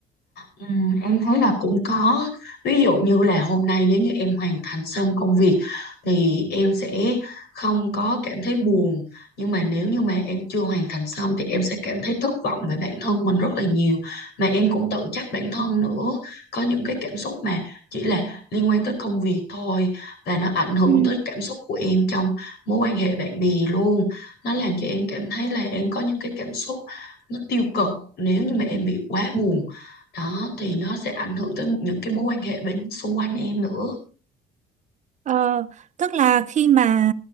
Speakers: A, on the left; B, on the right.
A: Ừ, em thấy là cũng có ví dụ như là hôm nay nếu như em hoàn thành xong công việc thì em sẽ không có cảm thấy buồn nhưng mà nếu như mà em chưa hoàn thành xong thì em sẽ cảm thấy thất vọng về bản thân mình rất là nhiều mà em cũng tự trách bản thân nữa có những cái cảm xúc mà chỉ là liên quan tới công việc thôi và nó ảnh hưởng
B: Ừ.
A: tới cảm xúc của em trong mối quan hệ bạn bè luôn nó làm cho em cảm thấy là em có những cái cảm xúc nó tiêu cực nếu như mà em bị quá buồn đó thì nó sẽ ảnh hưởng tới một những cái mối quan hệ bên xung quanh em nữa
B: Ờ, tức là khi mà